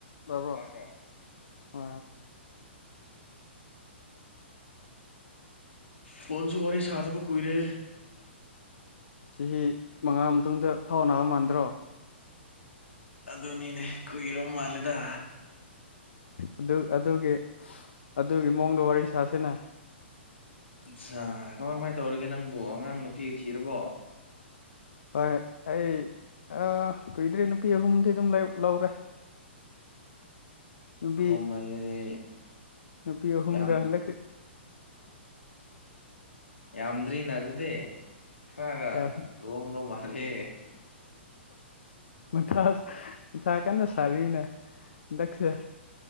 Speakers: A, on the left (about 70°); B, on the left (about 80°).
A: ꯇꯔꯕ꯭ꯔꯣ
B: ꯇꯥꯕ꯭ꯔꯣ
A: ꯑ
B: ꯐꯣꯟꯁꯨ ꯋꯥꯔꯤ ꯁꯥꯗꯕ ꯀꯨꯏꯔꯦ
A: ꯆꯍꯤ ꯃꯉꯥ ꯃꯇꯨꯡꯗ ꯐꯥꯎ ꯅꯥꯅꯕ ꯃꯥꯟꯗ꯭ꯔꯣ
B: ꯑꯗꯨꯅꯤꯅꯦ ꯀꯨꯏꯔꯣ ꯃꯥꯜꯂꯦꯗ
A: ꯑꯗꯨ ꯑꯗꯨꯒꯤ ꯑꯗꯨꯒꯤ ꯃꯑꯣꯡꯗ ꯋꯥꯔꯤ ꯁꯥꯁꯤꯅ
B: ꯑꯆꯥ ꯀꯃꯥꯏ ꯀꯃꯥꯏꯅ ꯇꯧꯔꯤꯒꯦ ꯅꯪꯕꯨ ꯑꯉꯥꯡ ꯅꯨꯄꯤꯒꯤ ꯊꯤꯔꯕꯣ
A: ꯍꯣꯏ ꯑꯩ ꯑ ꯀꯨꯏꯗ꯭ꯔꯦ ꯅꯨꯄꯤ ꯑꯍꯨꯝꯗꯤ ꯑꯗꯨꯝ ꯂꯧꯔꯦ ꯅꯨꯄꯤ
B: ꯑꯍꯨꯝ ꯍꯥꯏꯁꯤꯗꯤ
A: ꯅꯨꯄꯤ ꯑꯍꯨꯝꯒ
B: ꯌꯥꯝ
A: ꯍꯟꯗꯛ
B: ꯌꯥꯝꯗ꯭ꯔꯤꯅ ꯑꯗꯨꯗꯤ ꯈꯔꯒ
A: ꯌꯥꯝ
B: ꯂꯨꯍꯣꯡꯗꯧ ꯃꯥꯂꯦ
A: ꯃ ꯃꯊꯥ ꯀꯟꯅ ꯁꯥꯔꯤꯅꯦ ꯍꯟꯗꯛꯁꯤꯗ